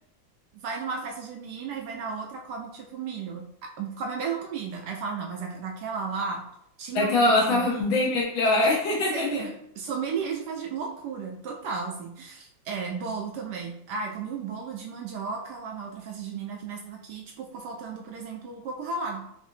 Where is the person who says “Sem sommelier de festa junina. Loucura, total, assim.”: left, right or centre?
Right